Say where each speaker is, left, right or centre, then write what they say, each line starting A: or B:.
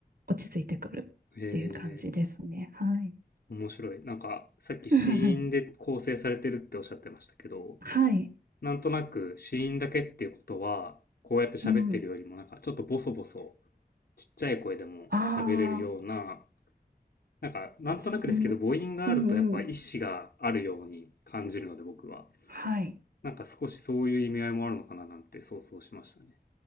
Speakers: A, on the right; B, on the left.
A: 落ち着いてくるっていう感じですね。
B: へえ。
A: はい。
B: 面白い。なんか、さっき子音で構成されてるっておっしゃってましたけど、
A: <laughs> はい。
B: なんとなく子音だけっていうことは、こうやって喋ってるよりも、
A: うん。
B: なんかちょっとボソボソ、ちっちゃい声でも喋れるような、
A: ああ、
B: なんか、なんとなくですけど、
A: すん、
B: 母音があるとやっぱ意思があるように感じるので、
A: うんうん。
B: 僕は。
A: はい。
B: なんか少しそういう意味合いもあるのかななんて想像しましたね。